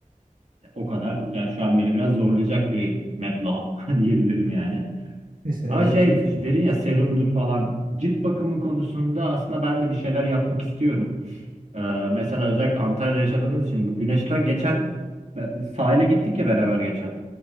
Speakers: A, on the right; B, on the right.
A: O kadar yani şu an beni biraz zorlayacak bir meblağ <laughs> diyebilirim yani.
B: Neyse ee,
A: Ama şey
B: cilt.
A: dedin ya serumdur falan. Cilt bakımı konusunda aslında ben de bir şeyler yapmak istiyorum. Ee, mesela özellikle Antalya'da yaşadığımız için bu güneşten geçen sahile gittik ya beraber geçen.